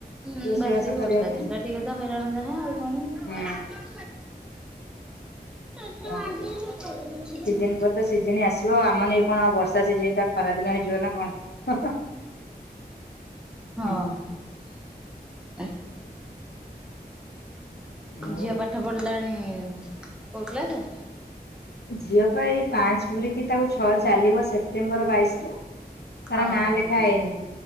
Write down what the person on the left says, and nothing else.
ରୋଷେଇବାସ
କରିବା ପାଇଁ।
ହୁଁ ଆଉ
କଣ କରିବା।
ସିଜନ ପରେ ତ ସିଜିନି ଆସିବ ଆମ ନାକି କଣ ଆଉ ବର୍ଷା ସିଜନ ଟା ଖରା ଦିନ ହେଇଯିବ ନା କଣ। ହଁ ହଁ <inaudible>
ହୁଁ। ଆଉ
ଝିଅ ପା ଏ ପାଞ୍ଚ ପୁରୀକି ତାକୁ ଛଅ ଚାଲିବ ସେପ୍ଟେମ୍ବର ବାଇଶରୁ। ତାର
ନାଁ ଲେଖା ହେଇନି